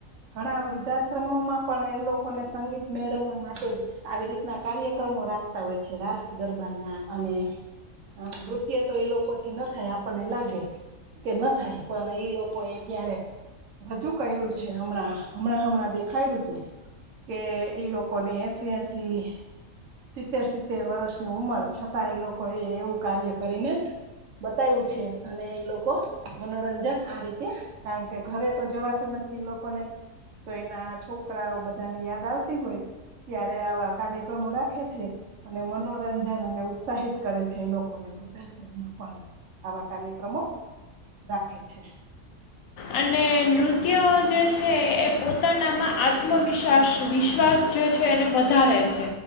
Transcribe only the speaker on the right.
ઘણા વૃદ્ધાશ્રમો માં પણ એ લોકોને સંગીત મેળવવા માટે આવી રીતના કાર્યક્રમો રાખતા હોય છે, રાસ ગરબાના અને હા, નૃત્ય તો એ લોકો થી ના થાય આપણને લાગે કે ન થાય પણ એઈ લોકો એ ત્યારે હજુ કર્યું છે, હમણાં હમણાં હમણાં દેખાડ્યું તું કે એ લોકોને એંસી-એંસી સિત્તેર સિત્તેર વર્ષની ઉંમર છતાં એ લોકો એ એવું કાર્ય કરીને બતાયું છે, અને એ લોકો મનોરંજન આ રીતે કારણ કે ઘરે તો જવાતું નથી લોકોને તો એના છોકરાઓ બધા ની યાદ આવતી હોય ત્યારે આવા કાર્યક્રમો રાખે છે, અને મનોરંજન અને ઉત્સાહિત કરે છે, છે, લોકોને વૃદ્ધાશ્રમમાં પણ આવા કાર્યક્રમો રાખે છે,